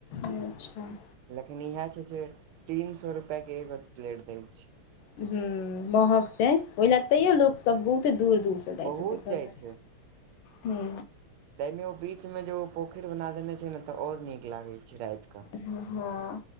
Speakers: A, on the left (about 75°); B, on the right (about 80°).
A: अच्छा।
B: लेकिन इहे छै, जे तीन सौ रुपया के एगो प्लेट दे छै।
A: हँ, माहक छै, ओहि लए तैयो लोक सभ बहुते दूर दूर से जाइ
B: बहुत
A: छै देख ल
B: जाइ छै
A: हू।
B: ताहिमे ओ बीचमे जे ओ पोखरि बना देने छै, ने तऽ आओर नीक लागैत छै राति कऽ
A: हँ